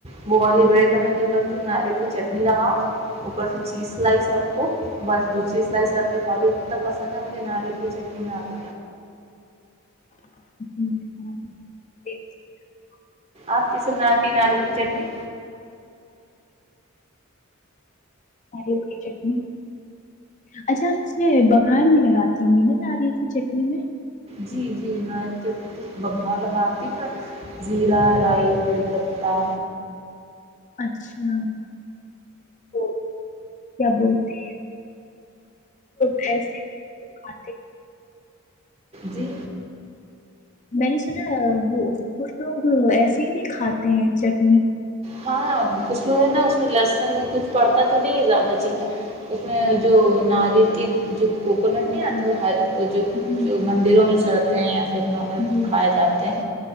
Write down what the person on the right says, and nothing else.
وہو والی بریڈ میںا کیا ناریل کی چٹنی لگاؤ اوپر سے چیز سلائس بس دوسری سلائس رکھ کے کھا دو اتنا پسند ہے مجھے ج آروگیہ چٹنی نپ
آپ جس نات ناد کی چ نہیں
جی جی ناریل چٹنی بگھار لگاتی ہوں میں زیرہ رائی کڑی پتا
جی
ہاں کچھ لوگ ہے نا اس میں لسن کچھ پڑھتا تو نہیں ہے زیادہ چیزیں اس میں جو ناریل کی جو کوکونٹ نہیں
آتی وہ ہر وہ جو
مندروں میں سڑ <unintelligible>
کھائے جاتے ہیں